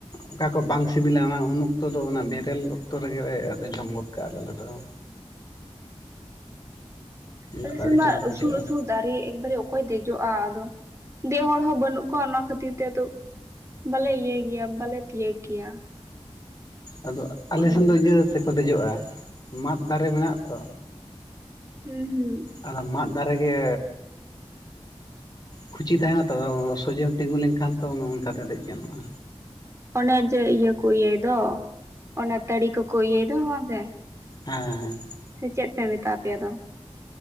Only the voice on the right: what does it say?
ᱟᱞᱮ
ᱥᱮᱱ
ᱢᱟ
ᱩᱥᱩᱞ ᱩᱥᱩᱞ ᱫᱟᱨᱮ ᱮᱠ ᱵᱟᱨᱮ ᱚᱠᱚᱭ ᱫᱮᱡᱚᱜᱼᱟ ᱟᱫᱚ ᱫᱮᱡ ᱦᱚᱲ ᱦᱚᱸ ᱵᱟᱹᱱᱩᱜ ᱠᱚᱣᱟ ᱚᱱᱟ ᱠᱷᱟᱹᱛᱤᱨ ᱛᱮ ᱟᱫᱚ ᱵᱟᱞᱮ ᱤᱭᱟᱹᱭ ᱜᱮᱭᱟ ᱵᱟᱞᱮ ᱛᱤᱭᱟᱹᱜ ᱜᱮᱭᱟ
ᱱᱚᱜᱼᱚ ᱱᱚᱝᱠᱟ
ᱦᱩᱸ ᱦᱩᱸ
ᱦᱮᱸ
ᱚᱱᱮ ᱡᱮ ᱤᱭᱟᱹ ᱠᱚ ᱤᱭᱟᱹᱭ ᱫᱚ ᱚᱱᱮ ᱛᱟᱹᱲᱤ ᱠᱚᱠᱚ ᱤᱭᱟᱹᱭ ᱫᱚ ᱵᱟᱝ ᱥᱮ
ᱥᱮ ᱪᱮᱫ ᱯᱮ ᱢᱮᱛᱟᱣ ᱟᱯᱮᱭᱟᱫᱚ